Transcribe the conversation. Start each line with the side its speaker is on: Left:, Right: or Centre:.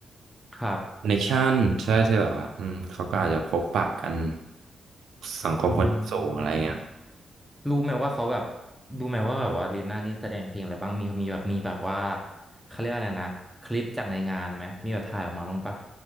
Centre: ครับ
Right: คอนเนคชั่นใช่ที่แบบว่าอืมเขาก็อาจจะพบปะกันสังคมคนชั้นสูงอะไรเงี้ย
Centre: อืม รู้ไหมว่าเขาแบบรู้ไหมว่าแบบว่าลีน่านี่แสดงเพลงอะไรบ้างมีมีแบบมีแบบว่าเขาเรียกว่าอะไรนะคลิปจากในงานไหมมีแบบถ่ายออกมาบ้างปะ